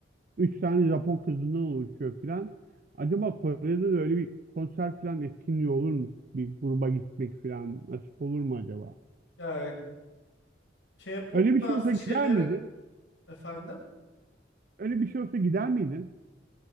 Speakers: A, on the right; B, on the left.
A: Üç tane Japon kızından oluşuyor filan. Acaba Kore'de de öyle bir konser filan etkinliği olur mu? Bir gruba gitmek filan nasip olur mu acaba?
B: Ya K-pop
A: Öyle bir
B: tarzı
A: şey olsa gider
B: şeylerin
A: miydin?
B: efendim
A: Öyle bir şey olsa gider miydin?